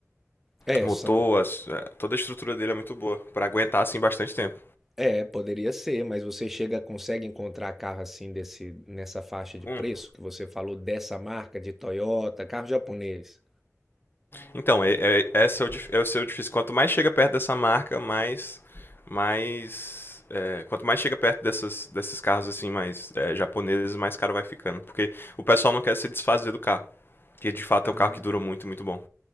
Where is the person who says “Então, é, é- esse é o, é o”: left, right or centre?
Left